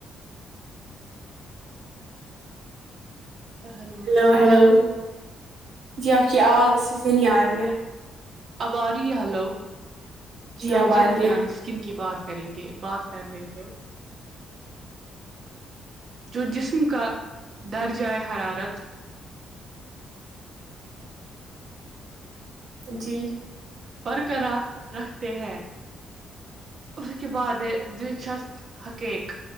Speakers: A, on the right (about 50°); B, on the right (about 70°).
A: ہلو
B: ہیلو ہلو جی آپ کی آواز اچاسے نہیں آ رہی ہے
A: اب آ رہی ہے ہلو جی ہم
B: اب آ
A: جلد
B: رہی ہے
A: یعنی سک سکین کی بات کریں گے بات کر رہے تھے جو جسم کا درجے حرارت
B: جی
A: برقرار رکھتے ہیں اس کے بعد دلچسپ حقیق